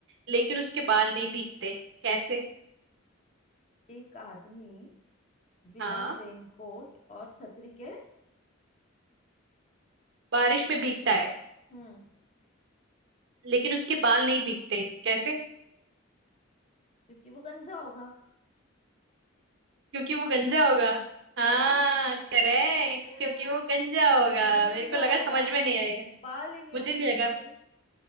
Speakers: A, on the right (about 65°); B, on the left (about 35°).
A: लेकिन उसके बाल
B: हम्म
A: नहीं भीगते कैसे
B: एक आदमी बिना
A: हाँ
B: रेनकोट और छतरी के
A: बारिश में भीगता है
B: हम्म
A: लेकिन उसके बाल नहीं भीगते कैसे
B: क्योंकि वो गंजा होगा
A: क्योंकि वो गंजा होगा हाँ
B: है ना
A: करेक्ट
B: <laughs>
A: क्योंकि वो गंजा
B: क्योंकि
A: होगा
B: वो गंजा
A: मेरे को लगा
B: होगा
A: समझ में नहीं आएगा
B: बाल ही नहीं
A: मुझे
B: होंगे
A: नहीं
B: उसके
A: लगा